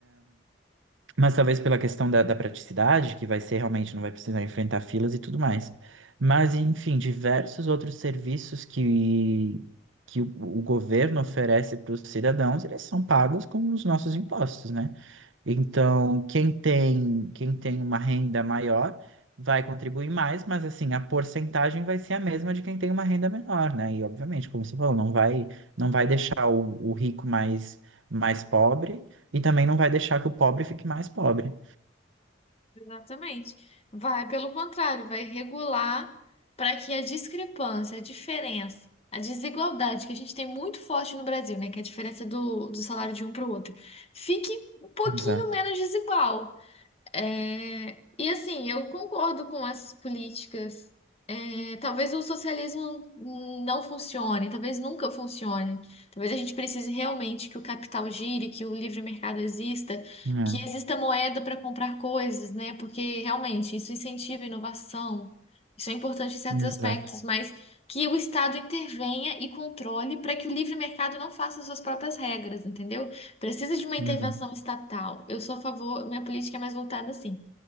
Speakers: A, on the right; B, on the left.
A: mas talvez pela questão da, da praticidade, que vai ser realmente não vai precisar enfrentar filas e tudo mais. Mas enfim, diversos outros serviços que que o, o governo oferece para os cidadãos, eles são pagos com os nossos impostos, né? Então, quem tem, quem tem uma renda maior vai contribuir mais, mas assim, a porcentagem vai ser a mesma de quem tem uma renda menor, né? E obviamente, como você falou, não vai, não vai deixar o, o rico mais, mais pobre e também não vai deixar que o pobre fique mais pobre.
B: Exatamente. Vai, pelo contrário, vai regular para que a discrepância, a diferença, a desigualdade que a gente tem muito forte no Brasil, né, que é a diferença do, do salário de um para o outro, fique um pouquinho
A: Exato.
B: menos desigual. É, e assim, eu concordo com essas políticas. É, talvez o socialismo não funcione, talvez nunca funcione. Talvez a gente precise realmente que o capital gire, que o livre mercado exista,
A: É,
B: que exista moeda para comprar coisas, né? Porque realmente isso incentiva a inovação. Isso é importante em certos
A: exato,
B: aspectos, mas que o Estado intervenha e controle para que o livre mercado não faça suas próprias regras, entendeu? Precisa de uma intervenção
A: exato.
B: estatal. Eu sou a favor, minha política é mais voltada assim.